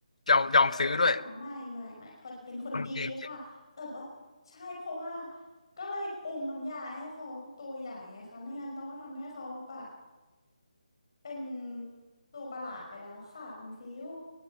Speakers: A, on the left (about 60°); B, on the left (about 35°).
A: จะยอมยอมซื้อด้วย
B: ไม่ค่ะไม่ไม่ไม่พอดีเป็นคนดีค่ะแต่ว่าใช่เพราะว่า
A: คนเก่ง
B: ก็เลยปรุงน้ำยาให้เขาตัวใหญ่ไงคะไม่งั้นต้องก็ทำให้เขาแบบเป็นตัวประหลาดไปแล้วค่ะคุณฟิว